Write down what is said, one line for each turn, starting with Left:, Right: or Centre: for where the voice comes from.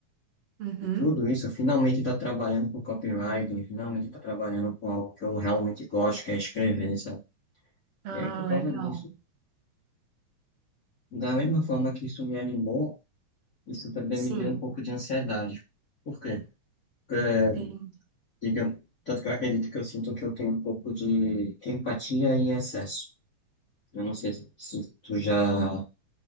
Right: Uhum.
Left: de tudo isso, eu finalmente estar trabalhando com copywriting, finalmente estar trabalhando com algo que eu realmente gosto, que é escrever, sabe?
Right: Ah,
Left: E aí, por causa
Right: legal.
Left: disso, da mesma forma que isso me animou, isso também
Right: Sim.
Left: me deu um pouco de ansiedade. Por quê? Porque,
Right: Entendi.
Left: digamos, tanto que eu acredito que eu sinto que eu tenho um pouco de empatia em excesso. Eu não sei se se tu já